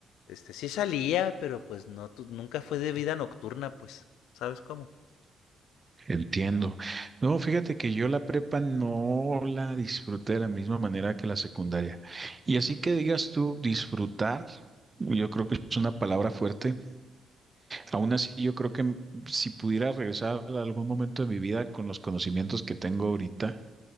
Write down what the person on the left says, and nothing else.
este, sí salía, pero pues no, tu- nunca fue de vida nocturna, pues, ¿sabes cómo?